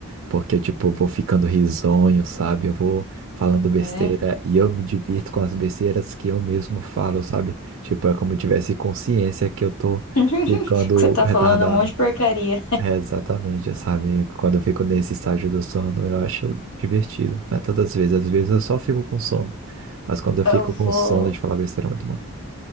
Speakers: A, on the right; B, on the left.
A: Porque, tipo, eu vou ficando risonho, sabe? Eu vou falando besteira
B: É.
A: e eu me divirto com as besteiras que eu mesmo falo, sabe? Tipo, é como eu tivesse consciência que eu tô
B: <laughs> Que
A: ficando
B: Você tá
A: retardado.
B: falando um monte de porcaria.
A: É, exatamente, sabe? Quando eu fico nesse estágio do sono, eu acho divertido. Não é todas as vezes, às vezes eu só fico com sono. Mas quando eu
B: Eu
A: fico
B: vou,
A: com sono de falar besteira, é muito bom.